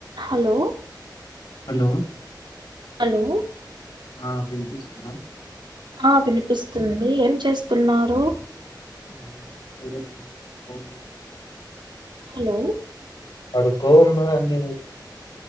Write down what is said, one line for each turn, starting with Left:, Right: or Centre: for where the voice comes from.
Right: Hello
Left: hello
Right: hello
Left: ఆ వినిపిస్తుందా
Right: ఆ వినిపిస్తుంది ఎ చేస్తున్నారు
Left: ఏం చేయలేదు, పడుకోనున్నా.
Right: హలో
Left: పడుకో ఉన్న అండి